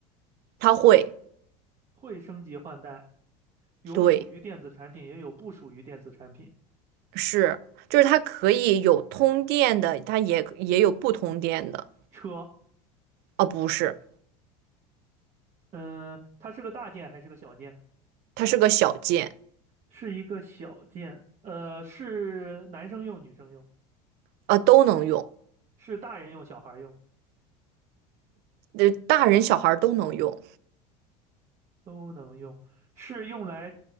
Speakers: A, on the right; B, on the right.
A: 它会，
B: 会升级换代，有属于电子产品，
A: 对，
B: 也有不属于电子产品。
A: 是，就是它可以有通电的，它也也有不通电的，
B: 车。
A: 啊，不是，
B: 嗯，它是个大件还是个小件？
A: 它是个小件，
B: 是一个小件。呃，是男生用、女生用，
A: 啊，都能用，
B: 是大人用、小孩用
A: 呃，大人小孩儿都能用，
B: 都能用。是用来